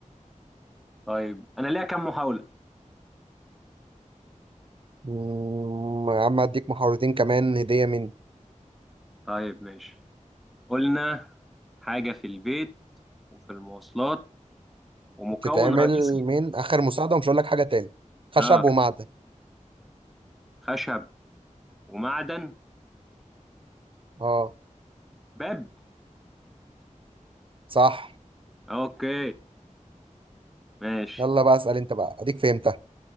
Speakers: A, in the centre; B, on the right.
A: طيب انا ليا كام محاوله
B: مم، يا عم اديك محاورتين كمان هدية من
A: طيب ماشي قلنا حاجه في البيت وفي المواصلات ومكون
B: بتتعمل
A: رئيسي
B: من اخر مساعدة ومش هقول لك حاجة تاني خشب
A: اه
B: ومعدن
A: خشب ومعدن
B: اه
A: باب
B: صح
A: اوكي ماشي
B: يلا بقى اسأل انت بقى اديك فهمتها